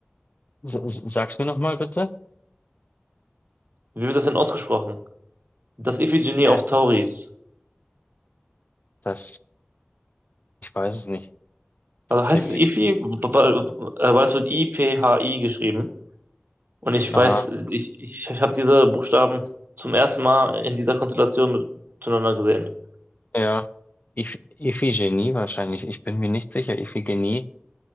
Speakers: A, on the left; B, on the right.
A: S s- sag's mir nochmal bitte.
B: Wie wird das denn ausgesprochen? Das Iphigenie
A: Äh,
B: auf Tauris.
A: das, ich weiß es nicht, tatsächlich.
B: Also heißt es Iphi, weil äh, weil es wird I-P-H-I geschrieben. Und ich
A: Aha,
B: weiß, ich, ich, ich habe diese Buchstaben zum ersten Mal in dieser Konstellation mit- miteinander gesehen.
A: ja. Iph Iphigenie wahrscheinlich. Ich bin mir nicht sicher. Iphigenie,